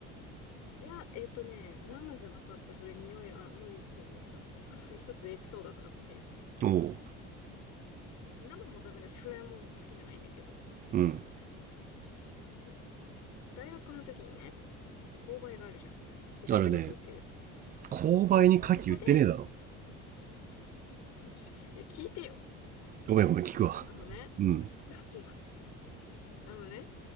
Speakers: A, on the left; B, on the right.
A: いや、えっとね、生じゃなかった、それ匂い、あ、無理って思ったのが、<laughs> 一つエピソードがあって、
B: おお
A: 生もダメだし、フライも好きじゃないんだけど、
B: う。うん。
A: だ大学の時にね、購買があるじゃん。お弁当とか売ってるとこ。
B: あるね。購買に牡蠣売ってねえだろ。
A: そう。で、そこで、しいや、聞いてよ。
B: ごめんごめん、聞くわ。
A: あのね、
B: うん。
A: <laughs> あのね、